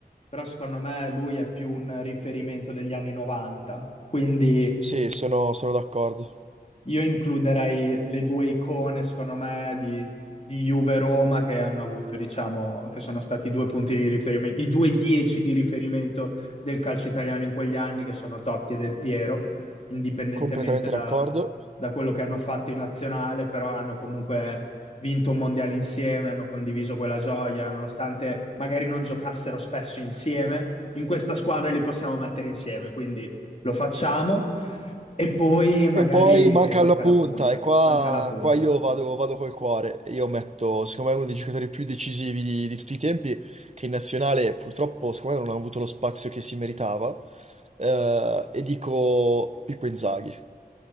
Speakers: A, on the left (about 40°); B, on the right (about 40°).
A: però secondo me lui è più un riferimento degli anni 90, quindi
B: sì, sono sono d'accordo,
A: Io includerei le due icone, secondo me, di, di Juve-Roma che hanno avuto, diciamo, che sono stati i due punti di riferimento, i due dieci di riferimento del calcio italiano in quegli anni, che sono Totti e Del Piero, indipendentemente
B: completamente
A: da,
B: d'accordo.
A: da quello che hanno fatto in nazionale, però hanno comunque vinto un mondiale insieme, hanno condiviso quella gioia, nonostante magari non giocassero spesso insieme, in questa squadra li possiamo mettere insieme, quindi lo facciamo. E poi magari
B: E poi manca
A: manca
B: alla punta,
A: la punta,
B: e qua,
A: manca la punta.
B: qua io vado, vado col cuore. Io metto, secondo me, uno dei giocatori più decisivi di, di tutti i tempi, che in nazionale purtroppo, secondo me, non ha avuto lo spazio che si meritava. Eh, e dico Pippo Inzaghi.